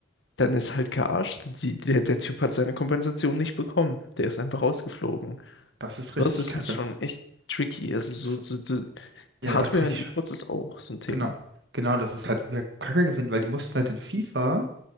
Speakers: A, on the left (about 70°); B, on the right (about 60°).
A: Dann ist halt gearscht. Die, der, der Typ hat seine Kompensation nicht bekommen. Der ist einfach rausgeflogen.
B: Das ist
A: Sowas
B: richtig
A: ist
B: kacke.
A: halt schon echt tricky. Also so,
B: Das,
A: so, so
B: ja,
A: Hardware
B: das ist richtig
A: in E-Sports
B: schön.
A: ist auch so ein Thema.
B: Genau. Genau, das ist halt mehr Kacke gewinnen, weil die mussten halt in FIFA,